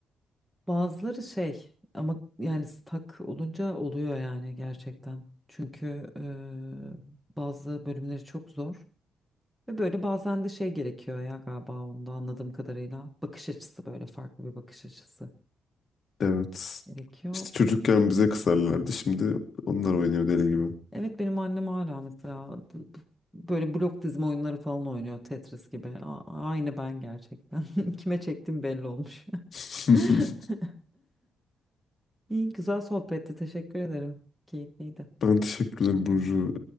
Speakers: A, in the centre; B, on the left.
A: bazıları şey ama yani stak olunca oluyor yani gerçekten. Çünkü eee, bazı bölümleri çok zor. Ve böyle bazen de şey gerekiyor ya galiba onda anladığım kadarıyla. Bakış açısı böyle farklı bir bakış açısı
B: Evet.
A: gerekiyor.
B: İşte çocukken bize kızarlardı. Şimdi onlar oynuyor deli gibi.
A: Evet benim annem hala mesela b- b- böyle blok dizme oyunları falan oynuyor Tetris gibi. A- aynı ben gerçekten. <laughs> Kime çektim belli olmuş.
B: <laughs>
A: <laughs> İyi güzel sohbetti. Teşekkür ederim. Keyifliydi.
B: Ben teşekkür ederim Burcu.